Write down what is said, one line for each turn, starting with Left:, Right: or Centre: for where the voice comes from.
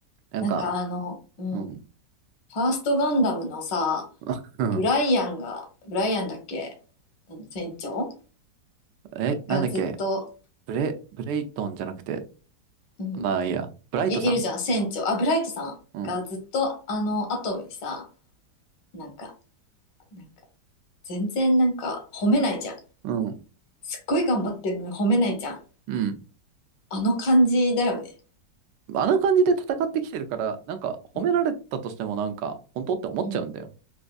Right: なんか、
Left: なんかあの、うん。
Right: うん、
Left: ファーストガンダムのさ、
Right: <laughs> うん。
Left: ブライアンが、ブライアンだっけあの船長
Right: え、なんだっけ
Left: がずっと
Right: ブレ、ブレイトンじゃなくて、
Left: うん、
Right: まあいいや。ブライトさん
Left: い、いるじゃん、船長。あ、ブライトさんがずっとあのアトムにさ、
Right: うん、
Left: なんか、なんか、全然なんか褒めないじゃん。
Right: うん、
Left: すっごい頑張ってるのに褒めないじゃん。
Right: うん。
Left: あの感じだよね。
Right: あの感じで戦ってきてるから、なんか褒められたとしてもなんか、
Left: うん、
Right: 本当って思っちゃうんだよ。
Left: うん。